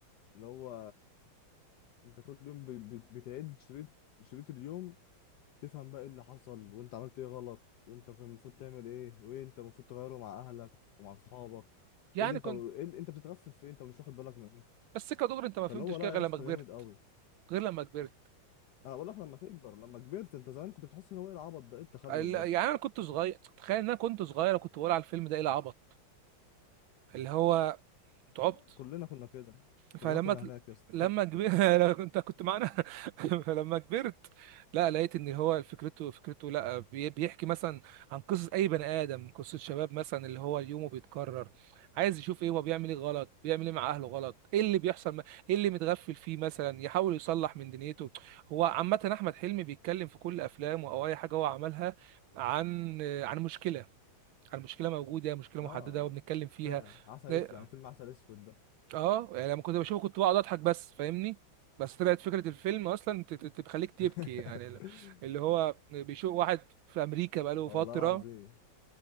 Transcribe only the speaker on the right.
يعني
كنت
بس كدغري انت ما
فهمتش
كده غير
لما كبرت
غير لما كبرت
ال-
يعني انا كنت صغير تخيل ان انا كنت صغير وكنت بقول على الفيلم ده ايه العبط اللي هو تعبت
فلما
تل-
لما كبر <laughs> انت كنت معانا <laughs> فلما كبرت لا لقيت ان هو فكرته فكرته لا بي- بيحكي مثلا عن قصص اي بني ادم قصة شباب مثلا اللي هو يومه بيتكرر عايز يشوف ايه هو بيعمل ايه غلط بيعمل ايه مع اهله غلط ايه اللي بيحصل م- ايه اللي متغفل فيه مثلا يحاول يصلح من دنيته هو عامة احمد حلمي بيتكلم في كل افلامه او اي حاجة هو عملها عن عن مشكلة عن مشكلة موجودة
مشكلة محددة
وبنتكلم فيها
آه،
اه يعني لما كنت بشوفه كنت بقعد اضحك بس فاهمني بس طلعت فكرة الفيلم اصلا ت- ت- تخليك تبكي
يعني اللي هو بيشوف واحد في امريكا بقاله
فترة